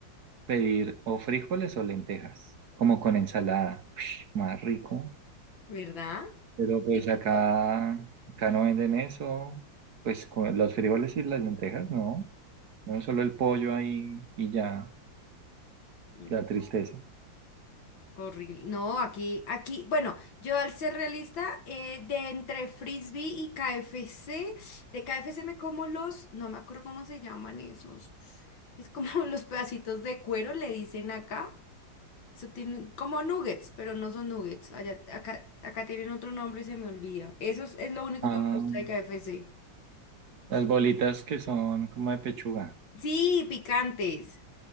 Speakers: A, on the right; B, on the left.
A: pedir o frijoles o lentejas, como con ensalada. Ush, más rico.
B: ¿verdad?
A: Pero pues
B: Y fue-
A: acá,
B: o-
A: acá no venden eso, pues con los frijoles y las lentejas, no. No solo el pollo ahí y ya,
B: No.
A: la tristeza.
B: Horrible. No, aquí, aquí, bueno, yo al ser realista, eh, de entre frisbee y KFC, de KFC me como los, no me acuerdo cómo se llaman esos. Es como <laughs> los pedacitos de cuero, le dicen acá. Eso tiene un- como nuggets, pero no son nuggets. Allá, acá, acá tienen otro nombre y se me olvida. Eso es, es lo único
A: Ah,
B: que me gusta de KFC.
A: las bolitas que son como de pechuga.
B: Sí, picantes.